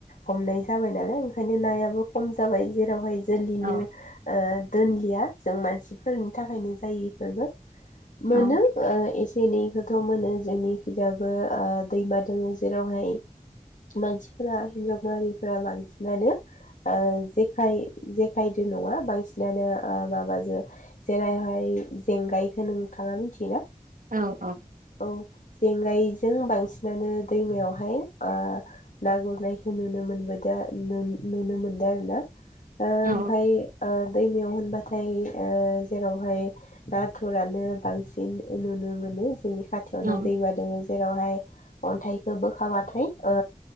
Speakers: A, on the left; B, on the right.
A: हमनाय जाबाय नालाय ओंखायनो नायाबो खम जाबाय जेरावहाय जोलैनो
B: औ
A: ओ दोनलिया जों मानसिफोरनि थाखायनो जायो इफोरबो। मोनो
B: औ
A: एसे एनैखौथ' मोनो जोंनिखिजाबो ओ । दैमा दंङो जेरावहाय। मानसिफोरा हिनजाव माहारिफोरा बांसिनानो जेखाय जेखायदों। नङा बांसिनानो माबाजों जेरैहाय जेंगायखौ नोंथांङा मिथियोना।
B: औ औ
A: औ जेंगायजों बांसिन। बांसिनानो दैमायावहाय ना गुरनायखौ नुनो मोनबोदो आरो नुनो मोनदों। मोनबोदों ओ ओमफाय
B: औ
A: ओ दैमायाव होनबाथाय। नाथाय ओ जेरावहाय नाथुरानो बांसिन नुनो मोनो जोंनि। खाथियावनो
B: औ
A: दैमा दोंङो जेरावहाय। अन्थाइखौ बोखाबाथाय ओ